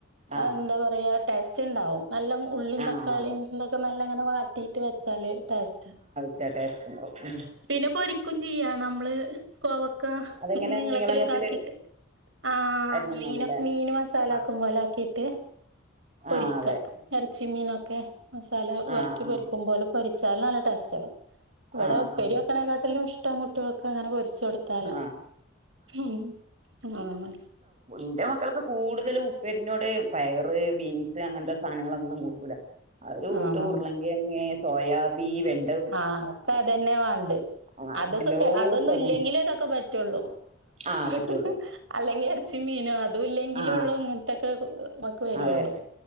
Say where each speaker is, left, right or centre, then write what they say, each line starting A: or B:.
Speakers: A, on the right; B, on the right.
A: ആഹ്
B: അതെന്താ പറയ ടേസ്റ്റ് ണ്ടാവും നല്ല മൂ ഉള്ളീം
A: ആഹ്
B: തക്കാളിയിം
A: ആഹ് അതെ
B: തൊക്കെ നല്ലങ്ങനെ വാട്ടിട്ട് വെച്ചാല് ടേസ്റ്റ
A: ച്ചാ ടേസ്റ്റ് ണ്ടാവും
B: പിന്നെ പൊരിക്കും ചെയ്യാ നമ്മള് കോവക്ക
A: അതിങ്ങനെ
B: നീളത്തില്
A: നീളങ്ങത്തില്
B: താക്കിട്ട് ആഹ്
A: അരിഞ്ഞുങ്ങോണ്ട്ല്ലേ
B: മീനൊ മീന് മസാല
A: ആഹ്
B: ആക്കും പോലെ ആക്കിട്ട് പൊരിക്ക
A: ആഹ് അതെ
B: എർച്ചി മീനൊക്കെ മസാല
A: ആഹ്
B: വർക്കി
A: ആഹ്
B: പൊരിക്കുമ്പോലെ പൊരിച്ചാൽ നല്ല ടേസ്റ്റാണ് വടെ
A: ആഹ്
B: ഉപ്പേരി
A: ആഹ്
B: വെക്കണേക്കാട്ടിലും ഇഷ്ടം കുട്ടിയൾക്കങ്ങനെ പൊ രിച്ചൊട്ത്താല
A: ആഹ്
B: ഹും ആഹ്
A: ന്റെ മക്കൾക്ക് കൂടുതല് ഉപ്പേരിനോട് പയറ് ബീൻസ് അങ്ങൻത്തെ സാനങ്ങളൊന്നും കൂട്ടൂല അവര് കൂട്ട
B: ആഹ്
A: ഉർലങ്കേങ് സോയാബീന് വെൺ
B: ആഹ് ഒഒക്കതന്നെ വാണ്ട്
A: ആഹ്
B: അതൊക്കെ
A: എല്ലോട്ത്തും
B: അതൊന്നും
A: അതന്നെ
B: ല്ലെങ്കിലെ തൊക്കെ പ റ്റൊള്ളൂ
A: ആഹ്
B: ഹഹ
A: പറ്റുള്ളൂ
B: അല്ലെങ്കി എർച്ചിം മീനും അ തു ഇല്ലെങ്കിലൊള്ളൂ
A: ആഹ്
B: മുട്ടൊക്കെ നമ്മക്ക് വെരൊള്ളൂ
A: അതെ